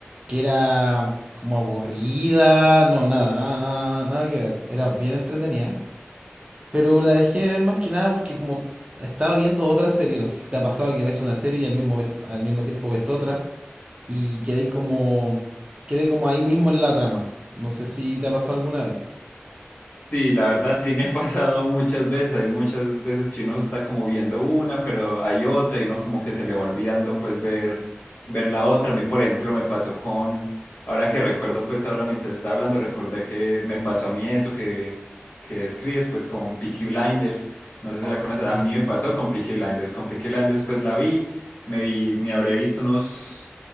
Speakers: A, on the right; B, on the left.
A: que era como aburrida, no, nada, nada, nada, nada, nada que ver. Era bien entretenida, pero la dejé de ver más que nada porque como estaba viendo otra serie, no sé si te ha pasado que ves una serie y al mismo, ves- al mismo tiempo ves otra y quedé como, quedé como ahí mismo en la trama. No sé si te ha pasado alguna vez.
B: Sí, la verdad sí me ha pasado muchas veces. Hay muchas veces que uno está como viendo una, pero hay otra y uno como que se le va olvidando pues ver, ver la otra. A mí, por ejemplo, me pasó con, ahora que recuerdo pues ahora mientras estaba hablando, recordé que me pasó a mí eso que, que describes pues con Peaky Blinders. No sé si
A: Oh,
B: la conoces,
A: sí.
B: a mí me pasó con Peaky Blinders. Con Peaky Blinders pues la vi, me vi, me habré visto unos...